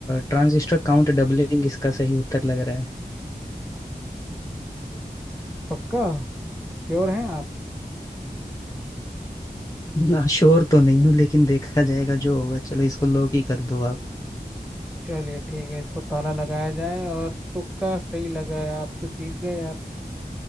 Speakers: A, on the left; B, in the centre.
A: ट्रांजिस्टर काउंट डबलिंग इसका सही उत्तर लग रहा
B: पक्का श्योर हैं आप
A: है ना श्योर तो नहीं हूँ लेकिन देखा जाएगा जो होगा चलो इसको लो ही कर दो आप
B: चलिए ठीक है इसको ताला लगाया जाए और तुक्का सही लगा है आप तो जीत गए यार